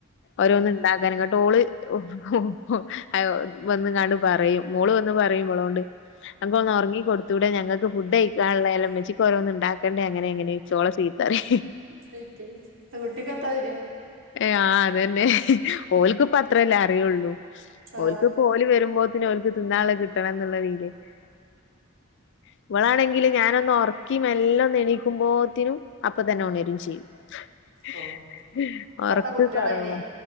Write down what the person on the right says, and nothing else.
ഉം.
<unintelligible> വീട്ടിക്കപ്പാവെരാ?
ഏ,
ഓ ഇപ്പത്തെ
കുട്ടികളതിനെ